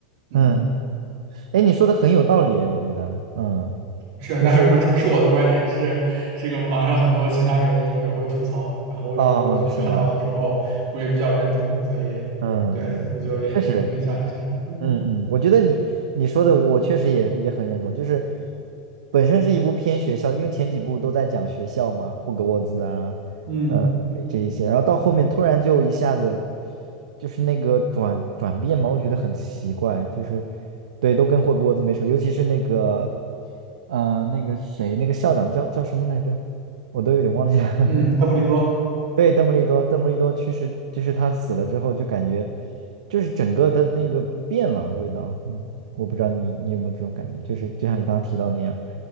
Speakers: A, on the right; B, on the right.
A: 嗯。
B: 嗯。哎，你说的很有道理哎，我觉得，嗯，
A: 是，
B: 就是
A: 但是不是不是我的观点，是这个网上很多其他人也也会吐槽，然后我只不过就是看到了之后，
B: 啊，是吗？
A: 我也比较认同，所以对我就也跟你分享一下。
B: 嗯嗯，嗯确实，
A: 嗯
B: 嗯嗯，我觉得你你说的，我确实也也很认同，就是本身是一部偏学校，因为前几部都在讲学校嘛，霍格沃兹啊，
A: 嗯
B: 呃，这这一些，然后到后面突然就一下子就是那个转转变嘛，我觉得很奇怪，就是对，都跟霍格沃兹没什么，尤其是那个呃那个谁，那个校长叫叫什么来着，我都有点忘记了。
A: 嗯，
B: <laughs>
A: 邓布利多。
B: 对，邓布利多，邓布利多去世，就是他死了之后，就感觉，就是整个的那个变了味道。嗯，我不知道你你有没有这种感觉，就是就像你刚刚提到那样。